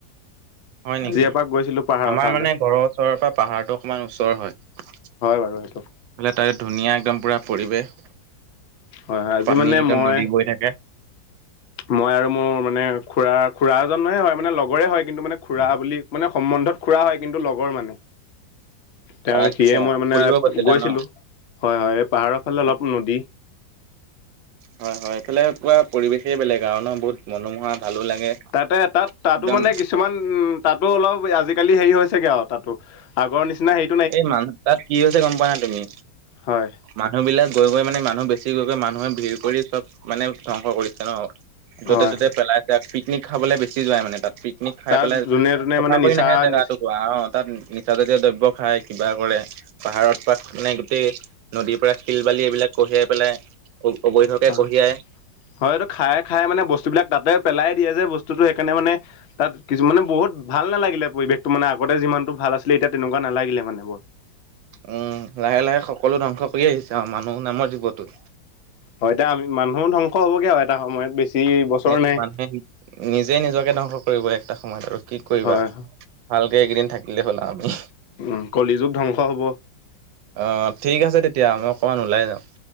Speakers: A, on the right; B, on the left.
A: হয়
B: আজি
A: নেকি
B: এপাক গৈছিলো পাহাৰৰ
A: আমাৰ
B: তালে
A: মানে ঘৰৰ ওচৰৰ পৰা পাহাৰটো অকমান ওচৰ হয়
B: বাৰু সেইটো
A: লী তাই ধুনীয়া একদম পুৰা পৰিৱেশ,
B: হয় হয় আজি
A: পানী
B: মানে
A: একদম
B: মই
A: নদী বৈ থাকে
B: মই আৰু মোৰ মান মানে খুৰা -খুৰা এজনহে হয় মানে লগৰে হয় কিন্তু মানে খুৰা বুলি মানে সম্বন্ধত খুৰা হয় কিন্তু লগৰ মানে তেওঁ
A: আচ্ছা
B: সিয়ে মই মানে
A: ফুৰিব গৈছিলা
B: গৈছিলো
A: ন
B: হয় -হয় এই পাহাৰৰ ফালে অলপ
A: অ
B: নদী
A: হয়- হয় এইফালে পুৰা পৰিবেশেই বেলেগ আৰু ন বহুত মনোমোহা ভালো লাগে
B: তাতে তাত- তাতো
A: একদম
B: মানে কিছুমান উম তাতো অলপ আজিকালি হেৰি হৈছেগে আও তাতো আগৰ নিচিনা সেই
A: এই মানুহ তাত কি হৈছে গম পোৱা নে তুমি
B: হয়
A: মানুহ বিলাক গৈ গৈ মানে মানুহ বেছি গৈ গৈ মানুহে ভিৰ কৰি চব মানে ধ্বংস কৰিছে ন য'তে
B: হয়
A: ততে
B: হয়
A: পেলাই আছে পিকনিক খাবলৈ বেছি যাই মানে তাত পিক নিক খাই
B: তাৰ
A: পেলাই
B: যোনে তোনে
A: চফা
B: মানে
A: কৰি
B: নিচা
A: নাহে জেগা
B: নিচ
A: টোকুৰা অ তাত নিচাজাতীয় দ্ৰব্য খাই কিবা কৰে পাহাৰত পাত মানে গোটেই নদীৰ পৰা শিল বালি এইবিলাক কঢ়িয়াই পেলাই অবৈধকে
B: হয়-
A: কঢ়িয়াই
B: হয় এইটো খায় -খায় মানে বস্তুবিলাক তাতে পেলাই দিয়ে যে বস্তুটো সেইকাৰণে মানে তাত কিছু মানে বহুত ভাল নালাগিলে পৰিৱেশতটো মানে আগতে যিমানতটো ভাল ভাল আছিলে এতিয়া তেনেকুৱা নালাগিলে মানে বৰ
A: উম লাহে লাহে সকলো ধ্বংস কৰি আহিছে আৰু মানুহ নামৰ জীৱত
B: হয় দা এতিয়া আমি মানুহো ধ্বংস হ'বগে আৰু এটা সময়ত বেছি বছৰ
A: এইটো
B: নাই।
A: মানুহে নিজে নিজকে ধ্বংস কৰিব একটা সময়ত আৰু কি কৰিবা
B: হয়
A: ভালকে এইকেইদিন থাকিলে হল আমি
B: উম কলি যুগ ধ্বংস হ'ব।
A: আহ ঠিক আছে তেতিয়া আমি অকমান ওলাই যাওঁ